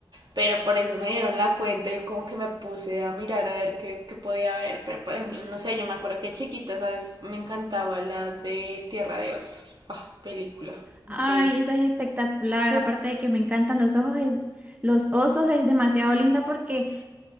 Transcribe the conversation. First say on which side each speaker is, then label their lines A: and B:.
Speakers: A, on the right; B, on the right.
A: Pero por eso me dieron la cuenta y como que me puse a mirar a ver qué, qué podía ver. Pero por ejemplo, no sé, yo me acuerdo que chiquita, ¿sabes? Me encantaba la de Tierra de Osos. Ah, película.
B: Ay,
A: Increíble.
B: esa es espectacular,
A: Pues,
B: aparte de que me encantan los ojos, es- los osos es demasiado linda porque